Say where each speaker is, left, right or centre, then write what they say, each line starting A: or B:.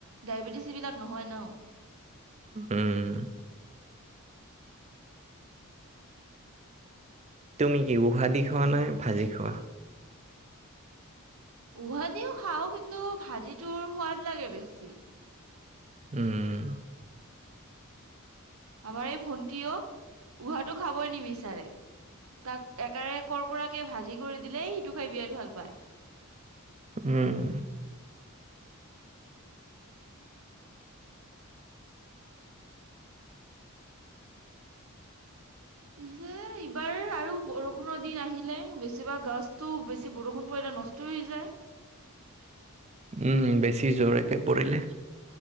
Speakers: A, on the right (about 70°); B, on the right (about 30°).
A: ডায়বেটিচ এইবিলাক নহয় ন।
B: উম তুমি কি উহা দি খোৱা নে ভাজি খোৱা
A: উহা দিও খাওঁ কিন্তু ভাজিটোৰ সোৱাদ লাগে বেছি
B: উম
A: আমাৰ এই ভন্টীয়েও উহাটো খাবই নিবিচাৰে। তাক একাৰে কৰ্কৰাকে ভাজি কৰি দিলে সিটো খাই বিৰাট ভাল পায়।
B: উম
A: পিছে এইবাৰ আৰু বৰষুণৰ দিন আহিলে বেছিভাগ গছতটো বেছি বৰষুণ পৰিলে নষ্ট হৈ যায়।
B: উম বেছি জৰেকে পৰিলে